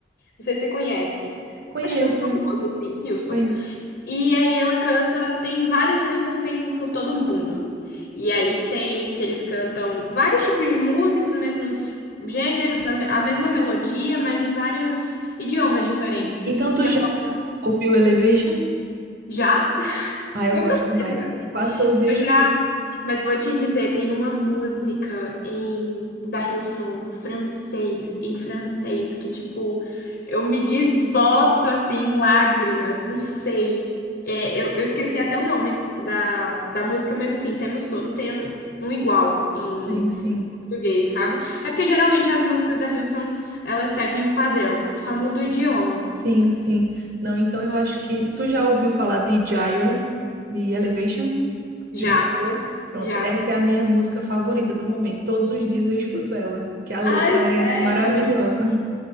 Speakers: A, on the left; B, on the right.
A: Não sei se você conhece.
B: Conheço,
A: Acho que eu falo muito assim, Hillsong.
B: conheço.
A: E aí ela canta, tem vários Hillsong, tem por todo mundo. E aí tem que eles cantam vários tipos de músicos, mesmos gêneros, a me- a mesma melodia, mas em vários idiomas diferentes.
B: Então tu
A: E eu
B: já ouviu Elevation?
A: já?
B: Ah, eu
A: Com
B: gosto
A: certeza.
B: demais. Quase todo dia
A: Eu
B: eu escuto.
A: já, mas vou te dizer, tem uma música em da Hillsong francês, em francês, que tipo, eu me desboto assim, em lágrimas, não sei. É, eu, eu esqueci até o nome da, da música, mas assim, temos to- tem um igual em
B: Sim, sim.
A: português, sabe? É porque geralmente as músicas da Hillsong, elas seguem o padrão, só muda o idioma.
B: Sim, sim. Não, então eu acho que tu já ouviu falar de Gyra, de Elevation? Já
A: Já,
B: escutou? Pronto,
A: já.
B: essa é a minha música favorita do momento. Todos os dias eu escuto ela, que a letra
A: Ai,
B: é
A: sério?
B: maravilhosa.